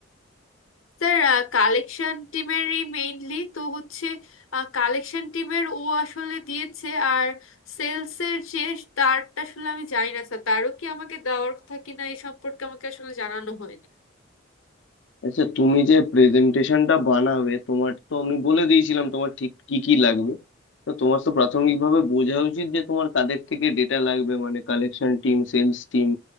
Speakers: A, on the left; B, on the left.
A: স্যার কালেকশন টিমেরই মেইনলি তো হচ্ছে কালেকশন টিমের ও আসলে দিয়েছে আর সেলসের যে তারটা আসলে আমি জানি না স্যার তারও কি আমাকে দেওয়ার কথা কিনা এই সম্পর্কে আমাকে আসলে জানানো হয়নি
B: আচ্ছা তুমি যে প্রেজেন্টেশনটা বানাবে তোমার তো আমি বলে দিয়েছিলাম তোমার ঠিক কি কি লাগবে তো তোমার তো প্রাথমিকভাবে বোঝা উচিত যে তোমার কাদের থেকে ডেটা লাগবে মানে কালেকশন টিম সেলস টিম